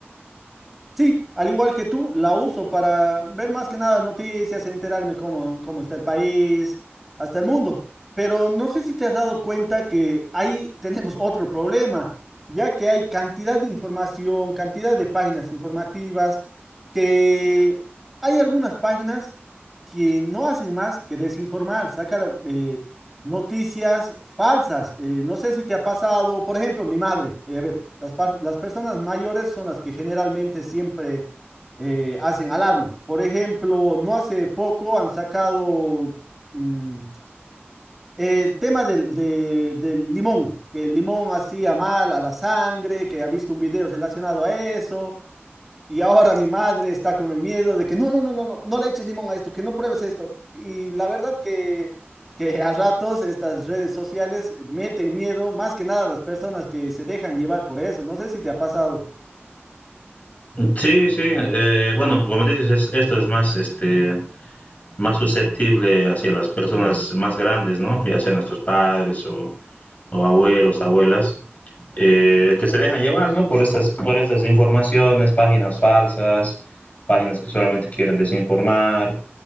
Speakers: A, in the centre; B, on the left.
A: Sí, al igual que tú, la uso para ver más que nada noticias, enterarme cómo, cómo está el país, hasta el mundo. Pero no sé si te has dado cuenta que ahí <laughs> tenemos otro problema, ya que hay cantidad de información, cantidad de páginas informativas, que hay algunas páginas que no hacen más que desinformar, sacar eh, noticias falsas. Eh, no sé si te ha pasado, por ejemplo, mi madre. eh, a ver, las, las personas mayores son las que generalmente siempre eh, hacen alarma. Por ejemplo, no hace poco han sacado mm, el tema del, de, del limón, que el limón hacía mal a la sangre, que ha visto un video relacionado a eso. Y ahora mi madre está con el miedo de que no, no, no, no, no, no le eches limón a esto, que no pruebes esto. Y la verdad que, que a ratos estas redes sociales meten miedo más que nada a las personas que se dejan llevar por eso. No sé si te ha pasado.
B: Sí, sí, eh, bueno, como dices, es- esto es más este, más susceptible hacia las personas más grandes, ¿no? Ya sean nuestros padres o, o abuelos, abuelas, eh, que se dejan llevar, ¿no? Por estas, por estas informaciones, páginas falsas, páginas que solamente quieren desinformar,